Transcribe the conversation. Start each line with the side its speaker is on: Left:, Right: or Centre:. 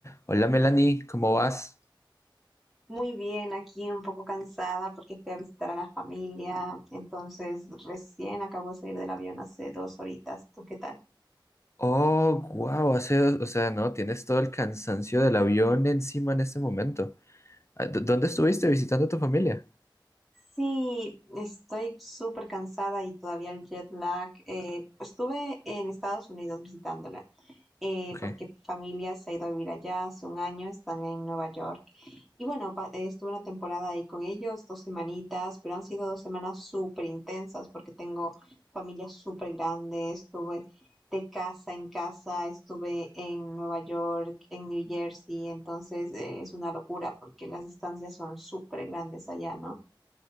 Left: Hola Melanie, ¿cómo vas?
Centre: Muy bien, aquí un poco cansada porque fui a visitar a la familia, entonces recién acabo de salir del avión hace dos horitas. ¿Tú qué tal?
Left: Oh, wow, hace, o sea, no, tienes todo el cansancio del avión encima en este momento. Ah, ¿dó- ¿Dónde estuviste visitando a tu familia?
Centre: Sí, estoy súper cansada y todavía el jet lag. eh, estuve en Estados Unidos visitándola eh,
Left: Ok,
Centre: porque mi familia se ha ido a vivir allá hace un año, están en Nueva York Y bueno, pa- eh, estuve una temporada ahí con ellos, dos semanitas, pero han sido dos semanas súper intensas porque tengo familias súper grandes, estuve de casa en casa, estuve en Nueva York, en New Jersey, entonces eh, es una locura porque las distancias son súper grandes allá, ¿no?